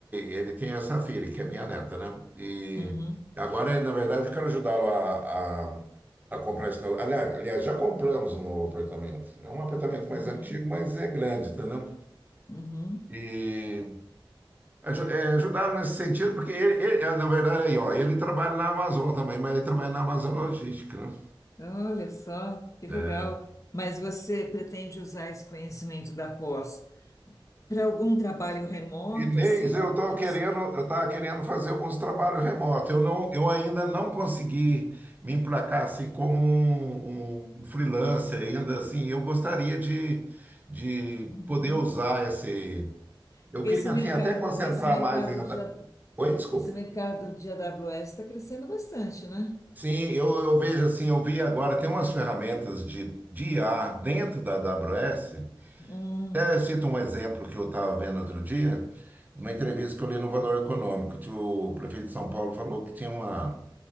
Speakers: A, on the right (about 20°); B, on the left (about 40°).
A: ele tem essa filha, que é minha neta, né? E
B: Uhum.
A: agora, na verdade, eu quero ajudá-lo a, a, a comprar esse novo. Aliás, aliás, já compramos um novo apartamento. É um apartamento mais
B: Uhum.
A: antigo, mas é grande, entendeu?
B: Uhum.
A: E aju- é, ajudá-lo nesse sentido, porque ele, ele- ah, na verdade, aí, ó, ele trabalha na Amazon também, mas ele trabalha na Amazon Logística, né?
B: Olha só, que legal.
A: É.
B: Mas você pretende usar esse conhecimento da pós para algum trabalho remoto,
A: Inês,
B: assim?
A: eu
B: ou-
A: estou
B: ou-
A: querendo, eu estava querendo fazer alguns trabalhos remotos. Eu não, eu ainda não consegui me emplacar assim como um, um um freelancer ainda assim. Eu gostaria de, de
B: Uhum.
A: poder usar esse. Eu
B: Porque
A: queria
B: esse mercado,
A: assim até concentrar
B: esse mercado
A: mais ainda.
B: de, A-
A: Oi, desculpe.
B: esse mercado de AWS está crescendo bastante, né?
A: Sim, eu, eu vejo assim, eu vi agora tem umas ferramentas de, de IA dentro da AWS
B: Hum,
A: Até cito um exemplo que eu estava vendo outro dia, numa entrevista que eu li no Valor Econômico, que o prefeito de São Paulo falou que tinha uma,